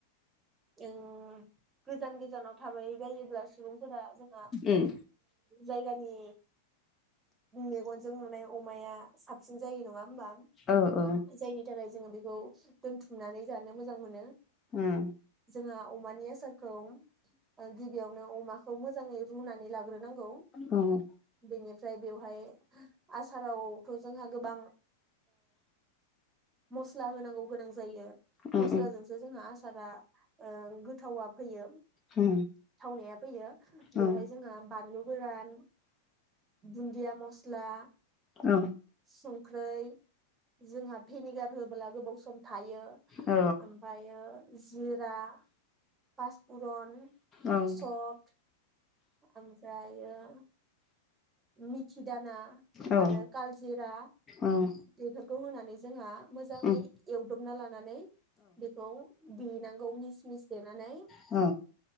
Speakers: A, on the right; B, on the left.
A: ओ। गोजान गोजानाव थाबाय जायोब्ला सुबुंफोरा जोंहा
B: उम
A: जायगानि मेगनजों नुनाय। अमाया। साबसिन जायो नंङा होमबा
B: औ औ
A: जायनि थाखाय। जोंङो बेखौ दोनथुमनानै जानो मोजां मोनो।
B: उम।
A: जोंहा अमानि आसारखौ गिबियावनो अमाखौ मोजांङै रुनानै लाग्रोनांगौ
B: उम
A: बेनि। ओमफ्राय बेवहाय आसाराव। जोंहा गोबां मस्ला होनांगौ गोनां जायो
B: उम
A: मस्लाजोंसो जोंहा आसारा। ओ गोथावा फैयो। थावनाया
B: उम
A: फैयो बेवहाय
B: औ
A: जोंहा बानलु गोरान दुन्दिया मस्ला
B: औ
A: संख्रि जोंहा भिनिगार होब्ला गोबाव सम थायो
B: औ
A: ओमफ्रायो। दा। पासफुरन
B: औ उम
A: सट। आमफ्रायो जायो। मिथि दाना
B: औ
A: आरो काल जिरा
B: उम
A: बेफोरखौ होनानै जोंहा मोजांङै
B: उम
A: एवदबना लानानै बेखौ। देनांगौ मिस मिस देनानै।
B: औ।